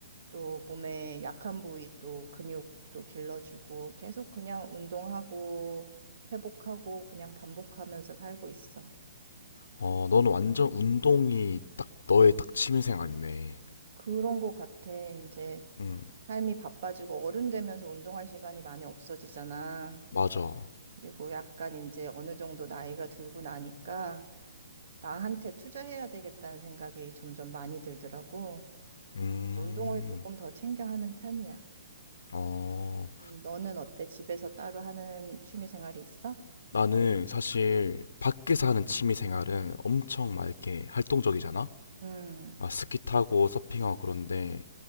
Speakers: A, on the right (about 60°); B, on the left (about 70°).
A: 또 몸에 약한 부위 또 근육도 길러주고 계속 그냥 운동하고 회복하고 그냥 반복하면서 살고 있어.
B: 어, 너는 완전 운동이 딱 너의 딱 취미생활이네.
A: 그런 거 같아. 이제
B: 음,
A: 삶이 바빠지고 어른 되면서 운동할 시간이 많이 없어지잖아.
B: 맞아.
A: 그리고 약간 이제 어느 정도 나이가 들고 나니까 나한테 투자해야 되겠다는 생각이 점점 많이 들더라고.
B: 음,
A: 운동을 조금 더 챙겨 하는 편이야.
B: 어.
A: 음, 너는 어때? 집에서 따로 하는 취미 생활이 있어?
B: 나는 사실 밖에서 하는 취미생활은 엄청 막 이렇게 활동적이잖아?
A: 음,
B: 막 스키 타고 서핑하고 그런데